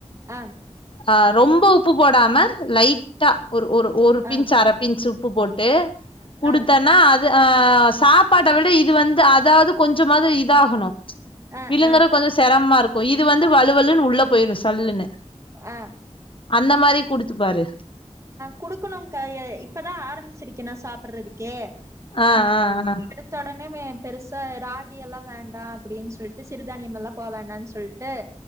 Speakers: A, on the right; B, on the left.
A: ஆ
B: ஆ ரொம்ப உப்பு போடாம லைட்டா ஒரு ஒரு ஒரு பிஞ்ச்அரை
A: ஆ
B: பிஞ்ச் உப்பு போட்டு குடுத்தன்னா
A: ஆ
B: அது ஆ சாப்பாட்ட விட இது வந்து அதாவது கொஞ்சமாது இதாகணு
A: ஆ
B: விழுங்கறப்
A: ஆ
B: கொஞ்சோ சிரமா இருக்கு இது வந்து வலுவலுன்னு உள்ள போய்ரு சல்லுன்னு
A: அ
B: அந்த மாதிரி குடுத்துப்பாரு
A: குடுக்கணு கா இப்பதா ஆரம்பிச்சிருக்கே நா சாப்பிடுறதுக்கே
B: ஆ
A: <unintelligible>
B: ஆ ஆ
A: எடுத்தொடனுமே பெருசா ராகி எல்லாம் வேண்டா அப்படீன்னசொல்ட்டு சிறுதானியம் எல்லாம்போ வேண்டான் சொல்ட்டு